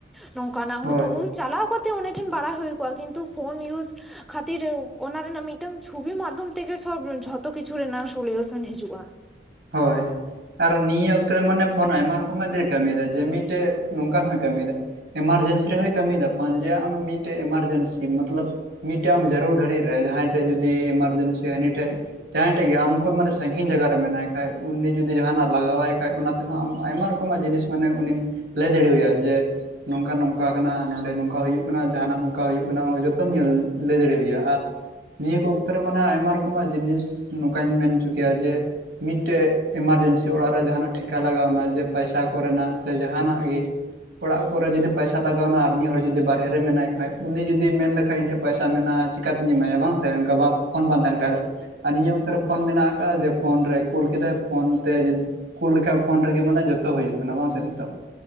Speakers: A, in the centre; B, on the right.
A: <unintelligible> ᱱᱚᱝᱠᱟᱱᱟᱜ ᱦᱳᱭᱛᱳ
B: ᱦᱳᱭ
A: ᱩᱱ ᱪᱟᱞᱟᱣ ᱠᱟᱛᱮᱜ ᱩᱱᱤ ᱴᱷᱮᱱ ᱵᱟᱲᱟᱭ ᱦᱩᱭ ᱠᱚᱜᱼᱟ ᱠᱤᱱᱛᱩ ᱯᱷᱳᱱ ᱤᱭᱩᱡᱽ ᱠᱷᱟᱛᱤᱨ ᱚᱱᱟ ᱨᱮᱱᱟᱜ ᱢᱤᱫᱴᱟᱝ ᱪᱷᱚᱵᱤ ᱢᱟᱫᱽᱫᱷᱚᱢ ᱛᱮᱜᱮ ᱥᱚᱵ ᱡᱷᱚᱛᱚ ᱠᱤᱪᱷᱩ ᱨᱮᱱᱟᱝ ᱥᱚᱞᱤᱭᱳᱥᱚᱱ ᱦᱤᱡᱩᱜᱼᱟ᱾
B: ᱦᱳᱭ ᱟᱨ ᱱᱤᱭᱟᱹ ᱚᱠᱛᱚ ᱨᱮ ᱢᱟᱱᱮ ᱯᱷᱳᱱ ᱟᱭᱢᱟ ᱨᱚᱠᱚᱢᱟᱜ ᱜᱮ ᱠᱟᱹᱢᱤᱭᱮᱫᱟ ᱡᱮ ᱢᱤᱫᱴᱮᱜ ᱱᱚᱝᱠᱟᱱ ᱦᱥᱸᱭ ᱠᱟᱹᱢᱤᱫᱟ ᱮᱢᱟᱨᱡᱮᱱᱥᱤ ᱨᱮᱦᱚᱸᱭ ᱠᱟᱹᱢᱤᱫᱟ ᱯᱷᱳᱱ ᱡᱮ ᱟᱢ ᱢᱤᱫᱴᱮᱡ ᱮᱢᱟᱨᱡᱮᱱᱥᱤ ᱢᱟᱛᱞᱟᱹᱵ ᱢᱤᱫᱴᱟᱝ ᱟᱢ ᱡᱟᱹᱨᱩᱲ ᱜᱷᱟᱹᱲᱤᱡ ᱨᱮ ᱡᱟᱦᱟᱸᱭ ᱴᱷᱮᱡ ᱡᱩᱫᱤ ᱮᱢᱟᱨᱡᱮᱱᱥᱤ ᱦᱟᱹᱱᱤᱴᱷᱮᱡ ᱡᱟᱦᱟᱸᱭ ᱴᱷᱮᱡ ᱜᱮ ᱟᱢ ᱠᱷᱚᱡ ᱢᱟᱱᱮ ᱥᱟᱺᱜᱤᱧ ᱡᱟᱭᱜᱟ ᱨᱮ ᱢᱮᱱᱟᱭ ᱠᱷᱟᱡ ᱩᱱᱤ ᱡᱩᱫᱤ ᱡᱟᱦᱟᱱᱟᱜ ᱞᱟᱜᱟᱣᱟᱭ ᱠᱷᱟᱡ ᱚᱱᱟ ᱛᱮᱦᱚᱸ ᱟᱢ ᱟᱭᱢᱟ ᱨᱚᱠᱚᱢᱟᱜ ᱡᱤᱱᱤᱥ ᱢᱟᱱᱮ ᱩᱱᱤᱢ ᱞᱟᱹᱭ ᱫᱟᱲᱮᱣᱭᱟ ᱡᱮ-ᱼ ᱱᱚᱝᱠᱟ ᱱᱚᱝᱠᱟ ᱠᱟᱱᱟ, ᱱᱚᱸᱰᱮ ᱱᱚᱝᱠᱟ ᱦᱩᱭᱩᱜ ᱠᱟᱱᱟ ᱟᱨ ᱡᱟᱦᱟᱱᱟᱜ ᱱᱚᱝᱠᱟ ᱦᱩᱭᱩᱜ ᱠᱟᱱᱟ ᱡᱚᱛᱚᱢ ᱧᱮᱞ ᱞᱟᱹᱭ ᱫᱟᱲᱮᱣᱭᱟ ᱟᱨ ᱱᱤᱭᱟᱹ ᱠᱚ ᱚᱠᱛᱚ ᱨᱮ ᱢᱟᱱᱮ ᱟᱭᱢᱟ ᱨᱚᱠᱚᱢᱟᱜ ᱡᱤᱱᱤᱥ ᱱᱚᱝᱠᱟᱧ ᱢᱮᱱ ᱪᱚ ᱠᱮᱭᱟ ᱡᱮ ᱢᱤᱫᱴᱮᱡ ᱮᱢᱟᱨᱡᱮᱱᱥᱤ ᱚᱲᱟᱜ ᱨᱮ ᱡᱟᱦᱟᱱᱟᱜ ᱴᱷᱮᱠᱟ ᱞᱟᱜᱟᱣᱱᱟ ᱡᱮ ᱯᱟᱭᱥᱟ ᱠᱚᱨᱮᱱᱟᱜ ᱥᱮ ᱡᱟᱦᱟᱸᱱᱟᱜ ᱜᱮ ᱚᱲᱟᱜ ᱠᱚᱨᱮ ᱡᱩᱫᱤ ᱯᱟᱭᱥᱟ ᱞᱟᱜᱟᱣᱱᱟ᱾ ᱟᱨᱢᱤᱫ ᱦᱚᱲ ᱡᱩᱫᱤ ᱵᱟᱨᱦᱮᱨᱮ ᱢᱮᱱᱟᱭ ᱠᱷᱟᱡ, ᱩᱱᱤ ᱡᱩᱫᱤ ᱢᱮᱱ ᱞᱮᱠᱷᱟᱡ ᱤᱧ ᱴᱷᱮᱡ ᱯᱟᱭᱥᱟ ᱢᱮᱱᱟᱜᱼᱟ᱾ ᱪᱤᱠᱟᱛᱤᱧ ᱮᱢᱟᱭᱟ ᱵᱟᱝ ᱥᱮ ᱚᱱᱠᱟ ᱵᱟ ᱯᱷᱳᱱ ᱵᱟᱝ ᱛᱟᱦᱮᱱ ᱠᱷᱟᱡ ᱫᱚ ᱟᱨ ᱱᱤᱭᱟᱹ ᱚᱠᱛᱚ ᱨᱮ ᱯᱷᱳᱱ ᱢᱮᱱᱟᱜ ᱟᱠᱟᱜᱼᱟ ᱡᱮ ᱯᱷᱳᱱ ᱨᱮ ᱠᱩᱞ ᱠᱮᱫᱟᱭ ᱯᱷᱳᱱ ᱛᱮ ᱠᱩᱞ ᱞᱮᱠᱟᱡ ᱯᱷᱳᱱ ᱨᱮᱜᱮ ᱢᱟᱱᱮ ᱡᱷᱚᱛᱚ ᱦᱩᱭᱩᱜ ᱠᱟᱱᱟ᱾ ᱵᱟᱝ ᱥᱮ ᱱᱤᱛᱚᱜ?